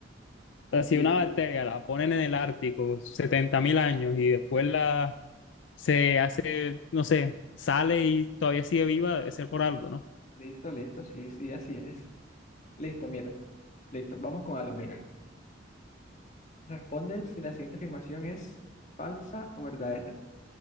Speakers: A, on the left; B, on the left.
A: O sea, si
B: Li-
A: una bacteria la ponen en el Ártico 70.000 años y después la se hace, no sé, sale y todavía sigue viva, debe ser por algo, ¿no?
B: Listo, listo. Sí, sí, así es. Listo, mira. Listo. Vamos con algo, mira. Responde si la siguiente afirmación es falsa o verdadera.